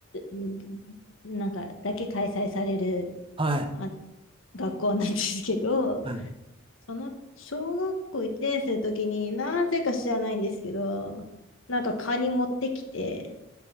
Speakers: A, on the left (about 70°); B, on the right (about 25°).
A: うんなんかだけ開催される
B: はい。
A: あ学校なんですけど、
B: はい。
A: その小学校1年生の時になぜか知らないんですけど、なんかカニ持ってきて